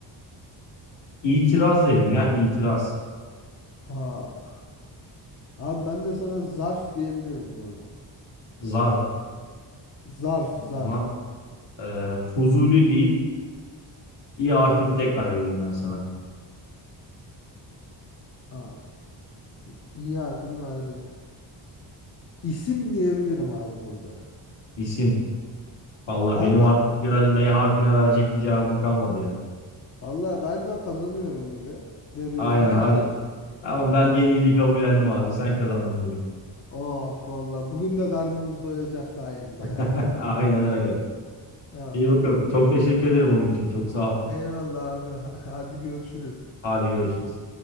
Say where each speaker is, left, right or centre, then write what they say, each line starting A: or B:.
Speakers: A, on the left (about 70°); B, on the left (about 35°).
A: itiraz derim ya. itiraz.
B: Aa. Abi ben de sana zarf diyebilirim burada.
A: Zarf.
B: Zarf,
A: O
B: zarf.
A: zaman e, Fuzuli deyip İ harfini tekrar vereyim ben sana.
B: Ha. İ harfini verdi. İsim diyebilirim abi burada.
A: İsim. Vallahi
B: Alba,
A: benim artık bir ara M harfine verecek bir cevabım kalmadı ya.
B: Allah galiba kazanıyorum gibi. Veriyorsan
A: Aynen hadi.
B: ver.
A: Tamam ben yenilgiyi kabullendim abi. Sen kazandın bugün.
B: Oh valla bugün de karnımız doyacak sayende
A: <laughs>
B: ya.
A: Aynen öyle.
B: Allah.
A: İyi bakalım. Çok teşekkür ederim oyun için. Çok sağ ol.
B: Eyvallah abi. <laughs> Hadi görüşürüz.
A: Hadi görüşürüz.